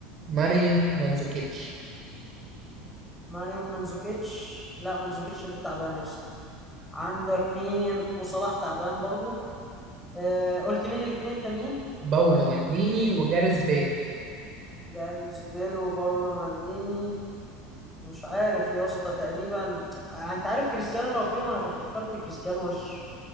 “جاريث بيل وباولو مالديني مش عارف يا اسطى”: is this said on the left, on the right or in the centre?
Centre